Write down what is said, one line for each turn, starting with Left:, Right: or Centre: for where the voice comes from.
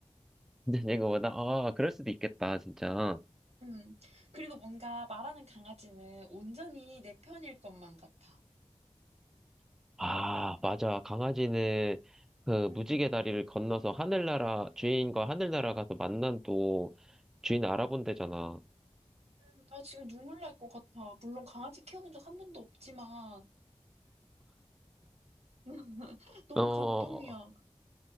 Centre: 이제 이거보다, 아, 그럴 수도 있겠다, 진짜.
Right: 음. 그리고 뭔가 말하는 강아지는 온전히 내 편일 것만 같아.
Centre: 아, 맞아. 강아지는 그
Right: 음.
Centre: 무지개 다리를 건너서 하늘나라, 주인과 하늘나라 가서 만난 또 주인 알아본대잖아.
Right: 음. 나 지금 눈물 날 것 같아. 물론 강아지 키워본 적 한 번도 없지만 음. <laughs> 너무
Centre: 어,
Right: 감동이야.